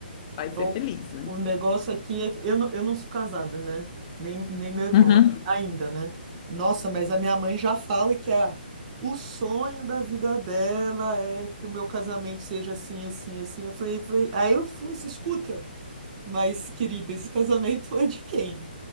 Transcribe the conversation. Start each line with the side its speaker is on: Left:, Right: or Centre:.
Left: vai
Right: O,
Left: ser feliz, né?
Right: o negócio aqui é que eu não, eu não sou casada, né? Nem, nem meu
Left: Uhum,
Right: irmão ainda, né? Nossa, mas a minha mãe já fala que a, o sonho da vida dela é que o meu casamento seja assim, assim, assim. Eu falei, falei- aí eu falei assim, escuta, mas querida, esse casamento é de quem?